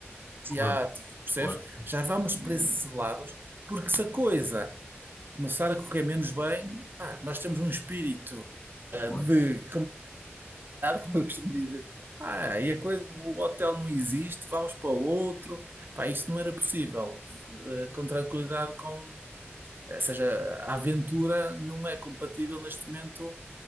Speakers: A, on the right; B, on the left.
A: asiático,
B: claro,
A: percebes?
B: claro,
A: Já vamos para esses lados, porque se a coisa começar a correr menos bem, pá, nós temos um espírito de
B: claro,
A: como eu costumo dizer. Ah, e a coisa, o hotel não existe, vamos para outro. Pá, isso não era possível. Eh, com tranquilidade, com. eh, Ou seja, a aventura não é compatível neste momento